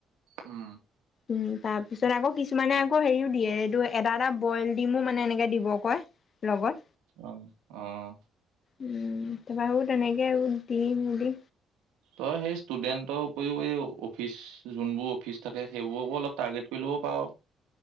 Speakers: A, on the right (about 80°); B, on the left (about 45°).
A: উম
B: উম! তাপ পিছলে আকৌ কিছুমানে আকৌ হেৰিও দিয়ে, এইটো এটা এটা বইল ডিমো মানে এনেকে দিব কয়, লগত।
A: অহ! অহ্!
B: উম! তা পা শুধ? তেনেকে আৰু দি মেলি।
A: তই সেই ষ্টুডেণ্টৰ উপৰিও এই অফিচ যোনবোৰ অফিচ থাকে সেইবোৰকো অলপ টাৰ্গেট কৰি ল'ব পাওঁ।